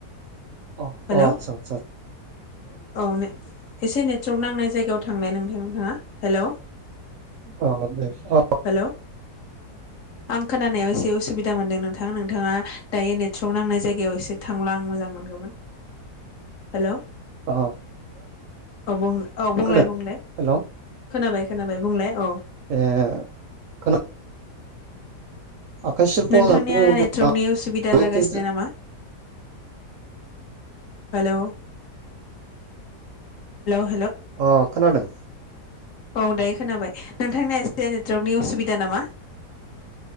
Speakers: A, on the right (about 70°); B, on the left (about 55°).
A: अ
B: हेलौ
A: अ आतसा आतसा
B: औ ने एसे नेटवर्क नांनाय जायगायाव थांनाय नोंथां नोंथाङा हेलौ
A: अ दे अ
B: हेल' आं <unintelligible> खोनानायाव एसे असुबिदा मोन्दों नोंथां नोंथाङा दायो नेटर्क नांनाय जायगायाव एसे थांला आं मोजां मोनगौमोन। हेल' औ औ
A: अ
B: बु बुंलाय
A: खोनादों
B: बुंलाय
A: हेलौ
B: खोनाबाय। खोनाबाय बुंलाय औ।
A: ए खोना आखाइ सिल्प'
B: नोंथांनिया
A: होननानै बुङोब्ला
B: नेटवर्कनि उसुबिदा जागासिनो
A: एखे
B: नामा? हेल' हेल'।
A: अ खोनादों।
B: औ दायो खोनाबाय नोंथांनि एसे नेटवर्कनि असुबिदा नामा?